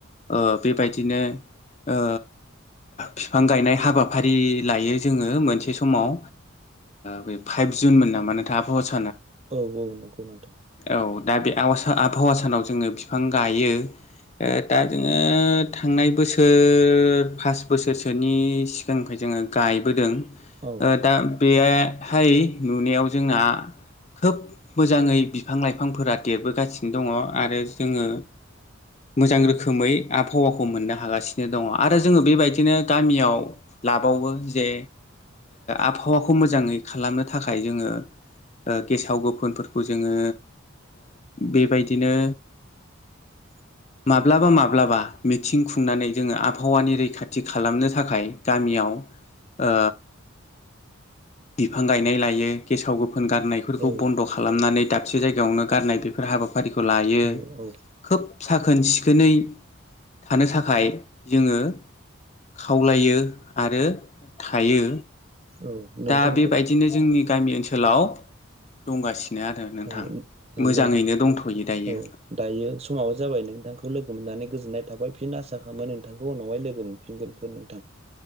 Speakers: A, on the left; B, on the right.
A: ओ बेबायदिनो ओ फिफां गायनाय हाबा हाबाफारि लायो जोङो मोनसे समाव बे ओ फाइभ जुन मोन नामा नोंथाङ
B: औ औ नंगौ नोंथां
A: औ दा बे आवा आबहावा सानाव जोङो बिफां गायो ओ दा जोङो थांनाय बोसोर पास बोसोरसोनि सि जोंखै जोङो गायबोदों
B: औ
A: ओ दा बे हाय नुनायाव जोंहा खोब मोजाङै बिफां लाइफांफोरा देरबोगासिनो दङ आरो जोङो मोजां रोखोमै आबहावाखौ मोननो हागासिनो दङ आरो जोङो बेबायदिनो गामियाव लाबावो जे आबहावाखौ मोजाङै खालामनो थाखाय जोङो ओ गेसाव गोफोनफोरखौ जोङो बेबायदिनो
B: <inaudible>
A: माब्लाबा माब्लाबा मिथिं खुंनानै जोङो आबहावानि रैखाथि खालामनो थाखाय गामियाव ओ बिफां गायनाय लायो गेसाव गो गानायफोरखौ
B: औ
A: बन्द' खालामनानै दाबसे जायगायावनो गारनाय बेफोर हाबा फारिखौ लायो
B: औ औ
A: खोब साखोन सिख दिनै थानो थाखाय जोङो खावलायो आरो थायो
B: औ नोंथांखौ
A: दा बेबायदिनो जोंनि गामि ओनसोलाव दंगासिनो आरो नोंथां
B: औ औ
A: मोजाङैनो दंथ'यो दायो
B: औ दायो समाबो जाबाय नोंथांखौ लोगो मोना नानै गोजोननाय थाबाय फिन आसा खालामो नोंथांखौ उनावहाय लोगो मोनफिनगोन नोंथां